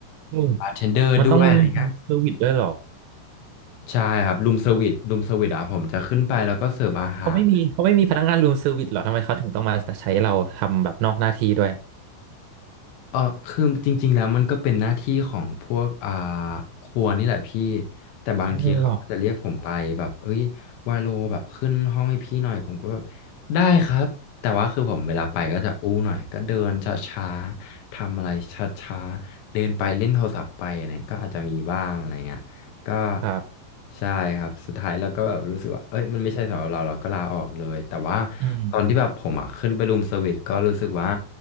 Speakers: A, on the right; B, on the left.
A: อืม
B: บาร์เทนเดอร์ด้วยอะไรเงี้ย
A: มันต้องมีรูมเซอร์วิสด้วยเหรอ
B: ใช่ครับรูมเซอร์วิสรูมเซอร์วิสอ่ะผมจะขึ้นไปแล้วก็เสิร์ฟอาหาร
A: เขาไม่มีเขาไม่มีพนักงานรูมเซอร์วิสเหรอทำไมเขาถึงต้องมาใช้เราทำแบบนอกหน้าที่ด้วย
B: เออคือจริงๆแล้วมันก็เป็นหน้าที่ของพวกอ่าครัวนี่แหละพี่แต่บางทีเขาก็จะเรียกผมไปแบบเอ้ย
A: อ๋อเหรอ
B: วาโลแบบขึ้นห้องให้พี่หน่อยผมก็แบบได้ครับแต่ว่าคือผมเวลาไปก็จะอู้หน่อยก็เดินช้าๆทำอะไรช้าๆเดินไปเล่นโทรศัพท์ไปอะไรก็อาจจะมีบ้างอะไรเงี้ยก็
A: ครับ
B: ใช่ครับสุดท้ายเราก็แบบรู้สึกว่าเอ้ยมันไม่ใช่สำหรับเราเราก็ลาออกเลยแต่ว่า
A: อืม
B: ตอนที่แบบผมอ่ะขึ้นไปรูมเซอร์วิสก็รู้สึกว่า